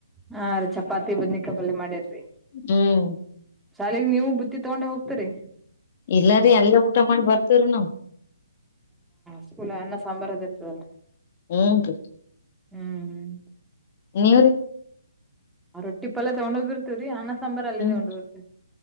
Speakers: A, in the centre; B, on the left.
A: ಹಾ ರೀ ಚಪಾತಿ ಬುದನಿ ಪಲ್ಯ ಮಾಡ್ಯಾರ್ರರಿ.
B: ಹ್ಮ್
A: ಶಾಲೆಗೆ ನೀವು ಬುದುತ್ತಿ ತೊಗೊಂಡ್ ಹೋಗ್ತರಿ.
B: ಇಲ್ಲಾರಿ ಅಲ್ಲೇ ಊಟ ಮಾಡಿ ಬರ್ವ್ರೀ ನಾವು
A: ಸ್ಕೂಲ ಅನ್ನ ಸಾಂಬಾರದ ಇರ್ತದಲ್ರಿ
B: ಹೂನ್ರಿ
A: ಹ್ಮ್.
B: ನೀವ್ರೀ.
A: ಆ ರೊಟ್ಟಿ ಪಲ್ಯ ತೊಂಡೋಗಿರ್ತತ್ರಿ ಹಾ. ಸಾಂಬರ್ ಅಲ್ಲ
B: ಹ್ಮ್
A: ಹೊಡಬರ್ತ